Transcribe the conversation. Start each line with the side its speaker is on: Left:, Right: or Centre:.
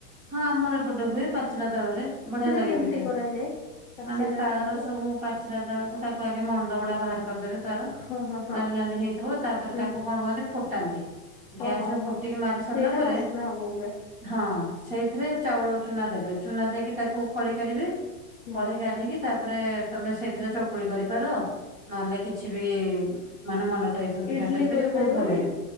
Right: ହଁ ଆମର ଏପଟେ ହୁଏ ପାଚିଲା ତାଳରେ ବଢିଆ
Left: ସେଟା
Right: ଲାଗେ
Left: କେମିତି
Right: ପିଠା
Left: କରାଯାଏ ପାଚିଲା
Right: ମାନେ ତାଳର
Left: ତାଳରେ
Right: ସବୁ ପାଚିଲା ତାଳ ତାକୁ ଆଗେ ମଣ୍ଡ ଗୁଡା ବାହାର କରିଦେବେ। ତାର
Left: ହଁ ହଁ ହଁ
Right: ନାଲି ନାଲି ହେଇଥିବ ତାପରେ
Left: ହୁଁ
Right: ତାକୁ କଣ କରନ୍ତି ଫୁଟାନ୍ତି।
Left: ହଉ
Right: ଗ୍ୟାସରେ
Left: ହଁ ହଁ
Right: ଫୁଟିକି ମାରି ସାରିଲା
Left: ସେଇଟା
Right: ପରେ।
Left: ବାସ୍ନା ହବ ପୁରା
Right: ହଁ ସେଇଥିରେ ଚାଉଳ ଚୁନା ଦେବେ ଚୁନା ଦେଇକି ତାକୁ ଖଳି କରିବେ। <inaudible>
Left: ହୁଁ।
Right: ତାପରେ ତମେ ସେଇଥିରେ ଚକୁଳି କରିପାର ନହେଲେ କିଛି ବି ମାନେ ମଣ୍ଡ ପିଠା
Left: ଇଡଲି
Right: କରିପାରିବ ବହୁତ ଭଲ
Left: ବି
Right: ଲାଗେ।